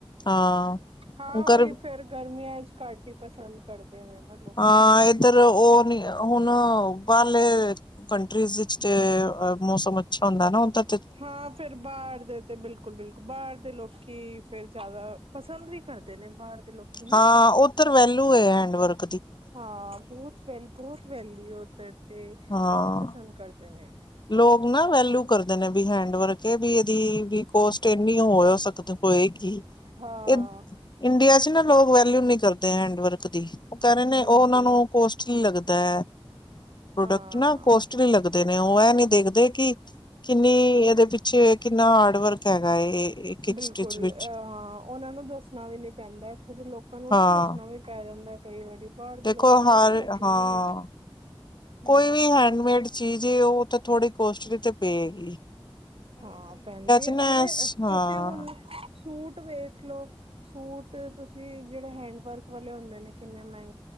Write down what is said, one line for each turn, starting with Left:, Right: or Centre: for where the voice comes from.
Left: ਹਾਂ
Right: ਹਾਂ
Left: ਕਰ
Right: ਉਹੀ ਫੇਰ ਗਰਮੀਆਂ ਚ ਘਟ ਹੀ ਪਸੰਦ ਕਰਦੇ ਨੇ ਨਾ ਲੋਕੀ।
Left: ਹਾਂ ਇੱਧਰ ਉਹ ਹੁਣ ਬਾਹਰਲੇ ਕੰਟਰੀ ਵਿੱਚ ਚ ਮੌਸਮ ਅੱਛਾ ਹੁੰਦਾ ਨਾ ਉਦਰ
Right: ਹਾਂ ਫਿਰ ਬਾਹਰ ਦੇ ਤੇ ਬਿਲਕੁਲ-ਬਿਲਕੁਲ ਬਾਹਰ ਦੇ ਲੋਕੀ ਫੇਰ ਜ਼ਿਆਦਾ ਪਸੰਦ ਵੀ ਕਰਦੇ ਨੇ ਬਾਹਰ ਤੇ ਲੋਕੀ ਨਾ
Left: ਹਾਂ ਉੱਧਰ ਵੈਲੂ ਏ ਹੈਂਡਵਰਕ
Right: ਹਾਂ ਬਹੁਤ ਵੈਲ ਬਹੁਤ ਵੈਲਯੂ ਉੱਧਰ। ਤੇ ਬਹੁਤ
Left: ਹਾਂ
Right: ਪਸੰਦ ਕਰਦੇ ਨੇ।
Left: ਲੋਕ ਨਾ ਵੈਲਯੂ ਕਰਦੇ ਨੇ ਵੀ ਹੈਂਡਵਰਕ ਵੀ ਇਹਦੀ ਵੀ ਕੋਸਟ ਇੰਨੀ ਹੋ ਸਕ ਹੋਏਗੀ
Right: ਹਾਂ-ਹਾਂ
Left: ਇਹ ਇੰਡੀਆ ਚ ਨਾ ਲੋਕ ਵੈਲਿਊ ਨੀ ਕਰਦੇ ਹੈਂਡਵਰਕ ਦੀ ਉਹ ਕਹਿ ਰਹੇ ਨੇ
Right: ਬਿਲਕੁਲ
Left: ਉਹ ਉਹ ਨੂੰ ਕੋਸਟਲੀ ਲੱਗ ਕੁਤਾ <unintelligible> ਪ੍ਰੋਡਕਟ
Right: ਹਾਂ।
Left: ਨਾ ਕੋਸਟਲੀ ਲੱਗਦੇ ਨੇ। ਔ ਏ ਨਹੀਂ ਦੇਖਦੇ, ਕਿ ਕਿੰਨੀ, ਇਹਦੇ ਪਿੱਛੇ ਕਿੰਨਾ ਹਾਰਡ ਵਰਕ ਹੈਗਾ ਇੱਕ ਇੱਕ
Right: ਬਿਲਕੁਲ
Left: ਸਟਿਚ ਵਿੱਚ
Right: ਅਹ ਹਾਂ ਉਹਨਾਂ ਨੂੰ ਦੱਸਣਾ ਵੀ ਨੀ ਪੈਂਦਾ, ਇੱਥੇ ਤੇ ਲੋਕਾਂ ਨੂੰ
Left: ਹਾਂ
Right: ਨਾ ਦੱਸਣਾ ਵੀ ਪੈ ਜਾਂਦਾ। ਕਈ ਵਾਰੀ, ਬਾਹਰ ਦੇ
Left: ਦੇਖੋ
Right: ਲੋਕਾਂ ਨੂੰ
Left: ਹਰ
Right: ਦੱਸਣਾ
Left: ਹਾਂ,
Right: ਵੀ ਨੀ
Left: ਕੋਈ
Right: ਹਾਂ
Left: ਵੀ ਹੈਂਡਮੇਡ ਚਿ ਚੀਜ਼, ਉਹ ਤਾਂ ਥੋੜੀ ਕੋਸਟਲੀ ਤੇ ਪਏ
Right: ਹਾਂ ਪੈਂਦੀ
Left: ਨਾ
Right: ਅਰੇ,
Left: ਹਾਂ
Right: ਤੁਸੀਂ ਹੁਣ ਸੂਟ ਵੇਖ ਲਓ। ਸੂਟ ਤੁਸੀਂ, ਜਿਹੜੇ ਹੈਂਡ ਵਰਕ ਵਾਲੇ ਹੁੰਦੇ ਨੇ ਕਿੰਨੇ ਮਹਿੰਗ